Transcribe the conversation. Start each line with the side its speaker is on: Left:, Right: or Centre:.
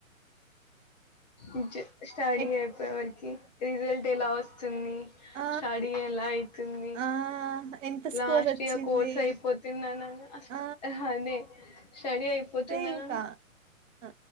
Left: ఈ జ్ స్టడీ
Right: ఎట్
Left: అయిపోయే వరకు రిజల్ట్ ఎలా వస్తుంది
Right: ఆ!
Left: స్టడీ ఎలా అయితుంది
Right: ఆ! ఎంత స్కోర్
Left: లాస్ట్
Right: వచ్చింది?
Left: ఇయర్ కోర్స్ అయిపోతందనంగా నాన్న
Right: ఆ!
Left: అదే స్టడీ అయిపోతుందనంగ
Right: అంతే ఇంకా. ఆ!